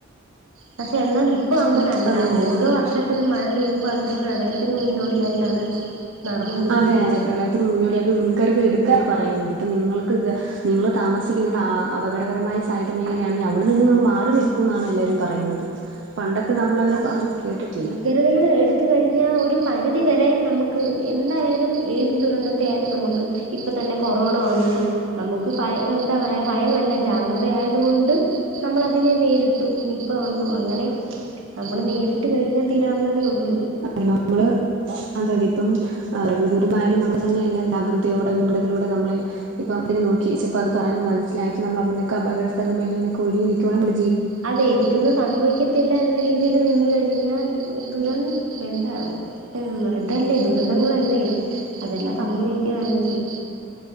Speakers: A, on the right; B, on the right.
A: പക്ഷേ എന്നാൽ ഇപ്പൊ അങ്ങനല്ല
B: ഉം അതെ അതെ
A: ഓരോ വർഷ ത്തിലും മഴ പെയ്യുമ്പോൾ അതൊരു പ്രളയത്തിന് മുന്നോടിയായിട്ടാണ്. നടന്നുകൊണ്ടിരിക്കുന്നത്
B: അതെ അതെ പ്രളയത്തിന് മുന്നോടി അവർ മുൻകരുതൽ എടുക്കാണ് പറയുന്നത് ഇപ്പൊ നിങ്ങൾക്ക് നിങ്ങൾ താമസിക്കുന്ന ഇടം അപകടപരമായ സൈഡ് മേഖലയാണെങ്കിൽ അവിടെ നിന്ന് മാറി നിൽക്കൂ എന്നാണ് എല്ലാരും പറയുന്നത്. പണ്ടൊക്കെ നമ്മളങ്ങനെ പറഞ്ഞു കേട്ടിട്ടില്ല
A: കരുതല് എടുത്ത് കഴിഞ്ഞാൽ ഒരു പരിധിവരെ നമ്മക്ക് എന്തായാലും ഏത് ദുരന്തത്തെ ആയാലും നമു ക്ക് ഇപ്പൊ തന്നെ കൊറോണ വന്നു നമുക്ക് ഭയ എന്താ പറയാ ഭയമല്ല ജാഗ്രതയായത് കൊണ്ട് നമ്മളതിനെ നേരിട്ടു നിപ്പ വന്നു അങ്ങനെ നമ്മള് നേരിട്ട് കഴിഞ്ഞാൽ തീരാവുന്നതേ ഉള്ളൂ
B: അതെ നമ്മള് അതെ അതെ ഇപ്പം പ്രകൃതിദുരന്ത മായാലും നമ്മൾ തന്നെ എല്ലാ ജാഗ്രതയോടെ മുൻകരുതതിലൂടെ നമ്മള് ഇപ്പം ഇത് നോക്കി ചെലപ്പൊ അത് പറയുന്നത് മനസ്സിലാക്കി നമ്മള അവിടെന്നൊക്കെ അകടസ്ഥലമേഘലേന്നൊക്കെ ഒതുങ്ങി നിക്കുവാണെങ്കി
A: അതെ എനിക്കൊന്നും സംഭവിക്കത്തില്ല എന്ന രീതി തിൽ നിന്ന് കഴിഞ്ഞാൽ ദുരംഎ ന്താകും ഉം ഇതല്ലേ ദുരന്തങ്ങളല്ലേ അതെല്ലാം സംഭവിക്കുക തന്നെ ചെയ്യും